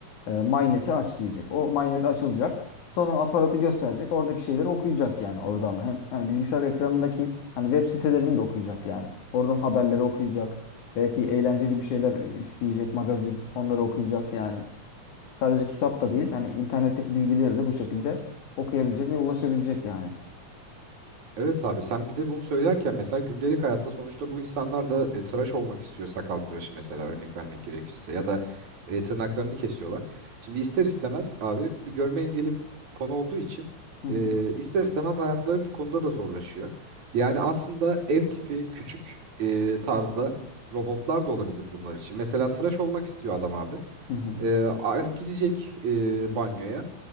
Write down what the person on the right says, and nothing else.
Evet abi sen bir de bunu söylerken mesela gündelik hayatta sonuçta bu insanlar da e, tıraş olmak istiyor sakal tıraşı mesela örnek vermek gerekirse ya da e, tırnaklarını kesiyorlar. Şimdi ister istemez abi bir görme engeli konu olduğu için
e,
ister istemez hayatları bir konuda da zorlaşıyor. Yani aslında ev tipi küçük e, tarzda robotlar da olabilir bunlar için. Mesela tıraş olmak istiyor adam abi.
E, hani gidecek e, banyoya